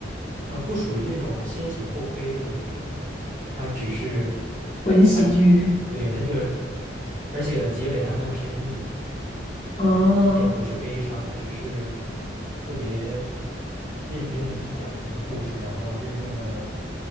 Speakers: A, on the right (about 45°); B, on the left (about 30°).
A: 呃，不属于那种先喜后悲的那种，它只是，
B: <laughs> 混喜剧？
A: 它对它这个，而且结尾它很有深意，
B: 哦，
A: 它也不是悲伤，它只是特别认真的去讲一个故事，然后认真的